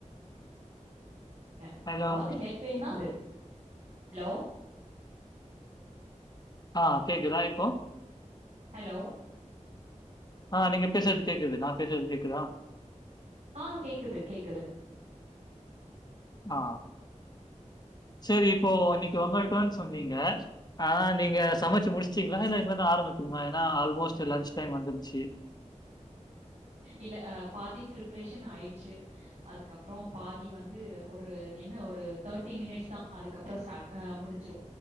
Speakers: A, on the right; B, on the left.
A: <inaudible>
B: ஹலோ.
A: ஏதாவது ஹெல்ப் வேணா இது ஹலோ
B: ஆ கேக்குதா இப்போ
A: ஹலோ
B: ஆ நீங்க பேசுறது கேக்குது நா பேசுறது கேக்குதா
A: ஹா கேக்குது கேக்குது
B: ஆ செரி இப்போ இன்னிக்கு உங்க டர்ன் சொன்னீங்க ஆனா நீங்க சமச்சு முடிச்டீங்ளா இல்ல இனிமேதா ஆரம்பிக்குனுமா ஏன்னா ஆல்மோஸ்ட் லன்ச் டைம் வந்துருச்சு
A: இல்ல ஆ பாதி பிரிப்ரேஷன் ஆயிடுச்சு அதுக்கப்றோ பாதி வந்து ஒரு என்ன ஒரு தேர்ட்டி மினிஸ்தா அதுக்கப் றோ ஸ்டாட் ஆ முடிஞ்சிரு